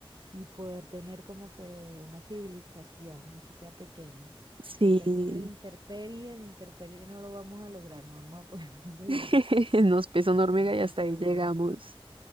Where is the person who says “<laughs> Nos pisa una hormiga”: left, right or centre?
Right